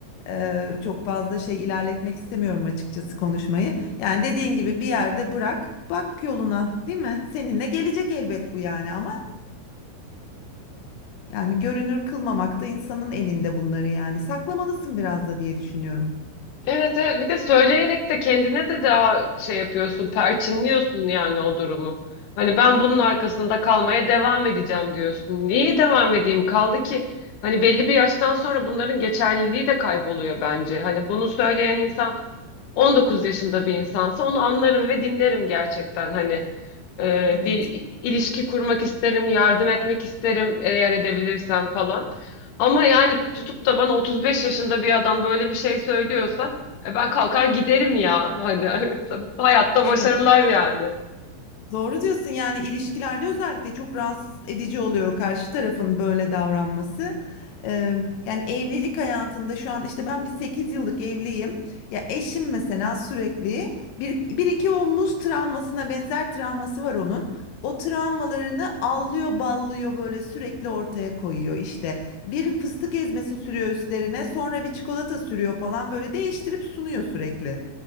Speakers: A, on the left; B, on the left.
A: eee, çok fazla şey ilerletmek istemiyorum açıkçası konuşmayı. Yani dediğin gibi bir yerde bırak, bak yoluna, değil mi? Seninle gelecek elbet bu yani ama. Yani görünür kılmamak da insanın elinde bunları yani. Saklamalısın biraz da diye düşünüyorum.
B: Evet, evet bir de söyleyerek de kendine de daha şey yapıyorsun, perçinliyorsun yani o durumu. Hani ben bunun arkasında kalmaya devam edeceğim diyorsun. Niye devam edeyim? Kaldı ki hani belli bir yaştan sonra bunların geçerliliği de kayboluyor bence. Hani bunu söyleyen insan 19 yaşında bir insansa onu anlarım ve dinlerim gerçekten. Hani e,
A: Evet.
B: bir ilişki kurmak isterim, yardım etmek isterim eğer edebilirsem falan. Ama yani tutup da bana 35 yaşında bir adam böyle bir şey söylüyorsa e ben kalkar giderim ya. Hani <laughs> hayatta
A: evet.
B: başarılar yani.
A: Doğru diyorsun yani ilişkilerde özellikle çok rahatsız edici oluyor karşı tarafın böyle davranması. Eee, yani evlilik hayatında şu an işte ben bir 8 yıllık evliyim. Ya eşim mesela sürekli bir, bir iki o muz travmasına benzer travması var onun. O travmalarını allıyor ballıyor böyle sürekli ortaya koyuyor işte. Bir fıstık ezmesi sürüyor üstlerine sonra bir çikolata sürüyor falan böyle değiştirip sunuyor sürekli.